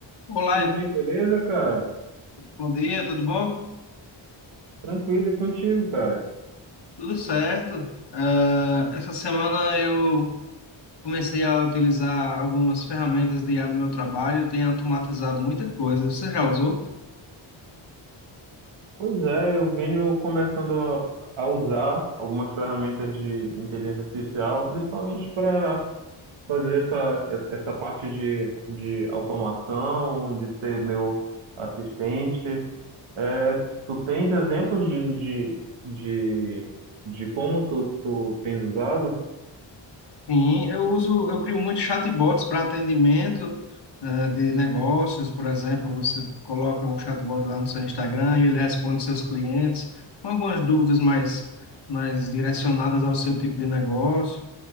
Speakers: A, on the left (about 55°); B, on the right (about 80°).
A: Olá,
B: Oi,
A: Ivan.
B: beleza, cara?
A: bom dia, tudo bom?
B: Tranquilo e contigo, cara.
A: Tudo certo. Ah, essa semana eu comecei a utilizar algumas ferramentas de IA no meu trabalho, Eu tenho automatizado muita coisa. Você já usou?
B: Pois é, eu venho começando a a usar algumas ferramentas de inteligência artificial, principalmente para fazer essa, essa parte de, de automação, de ser meu assistente. É, tu tens exemplos de, de, de, de como tu, tu tens usado?
A: Sim, eu uso, eu crio muitos chatbots para atendimento, ah, de negócios, por exemplo, você coloca um chatbot lá no seu Instagram e ele responde seus clientes com algumas dúvidas mais, mais direcionadas ao seu tipo de negócio.